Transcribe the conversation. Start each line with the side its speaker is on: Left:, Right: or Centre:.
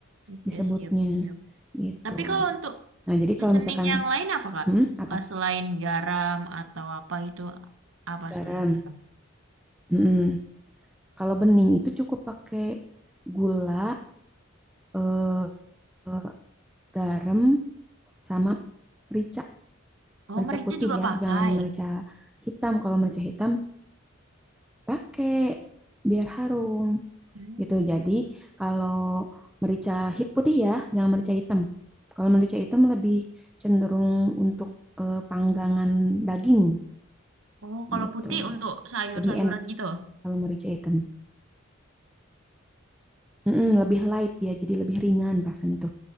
Right: oke
Centre: disebutnya
Right: siap-siap.
Centre: gitu.
Right: Tapi kalau untuk
Centre: Nah, jadi
Right: seasoning
Centre: kalau misalkan
Right: yang lain apa Kak?
Centre: hmm, apa?
Right: Kak, selain garam atau apa itu apa
Centre: Garam.
Right: selain garam?
Centre: Mm-mm. Kalau bening itu cukup pakai gula, eh, eh, garam, sama merica.
Right: Oh,
Centre: Merica
Right: merica
Centre: putih
Right: juga
Centre: ya,
Right: pakai.
Centre: jangan merica hitam. Kalau merica hitam pakai biar harum
Right: Hmm,
Centre: gitu. Jadi kalau merica hi- putih ya, jangan merica hitam. Kalau merica hitam lebih cenderung untuk eh, panggangan daging
Right: Oh, kalau
Centre: gitu.
Right: putih untuk sayur-sayuran
Centre: Lebih enak
Right: gitu.
Centre: kalau merica hitam. Mm-mm, lebih light ya, jadi lebih ringan rasanya tuh.